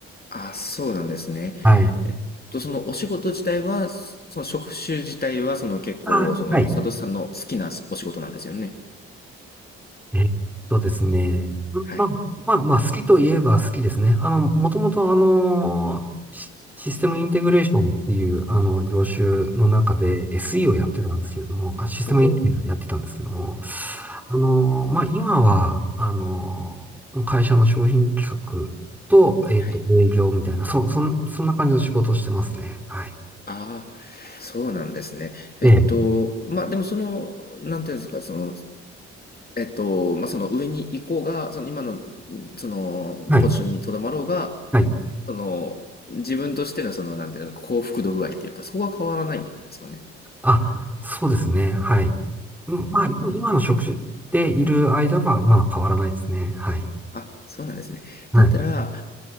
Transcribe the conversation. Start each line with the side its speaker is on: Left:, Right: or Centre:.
Left: ああ、そうなんですね。
Centre: はい。
Left: と、そのお仕事自体は、その職種自体は、その結構、
Centre: あ、
Left: その、
Centre: はい。
Left: サトシさんの好きなお仕事なんですよね。
Centre: えっとですね。
Left: はい。
Centre: まあ、まあ、まあ好きといえば好きですね。あの、もともとあの、シシステムインテグレーションっていう、あの、業種の中で SE をやってたんですけれども、あ、システムインテグレーションやってたんですけども、
Left: おお、
Centre: あの、まあ、今は、あの、会社の商品企画と、えっと、
Left: はい。
Centre: 営業みたいな、そ、そん、そんな感じの仕事をしてますね。はい。
Left: ああ、そうなんですね。えっと、
Centre: ええ
Left: まあ、でもその、なんていうんですか、その、えっと、まあ、その上に行こうが、その今の、その、
Centre: はい、
Left: ポジションにとどまろうが、
Centre: はい。
Left: その、自分としてのその、なんていうの、幸福度具合っていうか、そこは変わらないんですかね。
Centre: あ、そうですね。はい。うんまあ、今今の職種でいる間は、まあ、変わらないですね。はい。
Left: あ、そうなんですね。
Centre: はい。
Left: だったら、